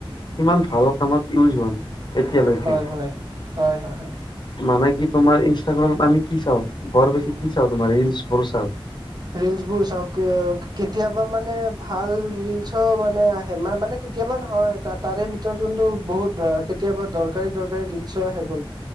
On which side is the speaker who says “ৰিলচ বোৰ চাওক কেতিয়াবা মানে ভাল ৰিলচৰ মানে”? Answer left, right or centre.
Right